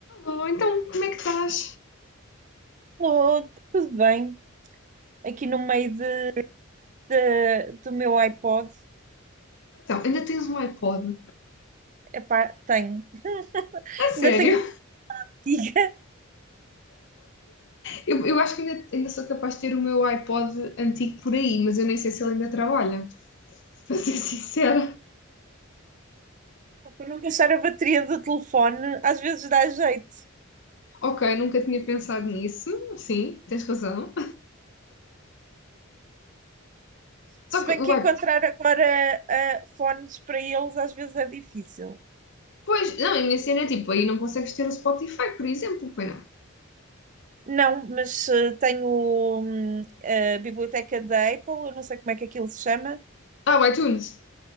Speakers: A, on the left (about 60°); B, on the right (about 35°).
A: Alô, então como é que estás?
B: Estou tudo bem. Aqui no meio de, de- do meu iPod,
A: Então, ainda tens um iPod?
B: epá, tenho. <laughs>
A: A sério?
B: Ainda tenho contigo.
A: Eu, eu acho que ainda, ainda sou capaz de ter o meu iPod antigo por aí, mas eu nem sei se ele ainda trabalha, <laughs> para ser sincera.
B: <laughs> Para não gastar a bateria do telefone, às vezes dá jeito.
A: Ok, nunca tinha pensado nisso, sim, tens razão.
B: Se
A: Só que
B: bem que
A: o
B: encontrar
A: iPod,
B: agora ah, fones para eles, às vezes é difícil.
A: pois, não, a minha cena é tipo, aí não consegues ter o Spotify, por exemplo, pois não.
B: Não, mas ah, tenho hum, a biblioteca da Apple, eu não sei como é que aquilo se chama.
A: Ah, o iTunes.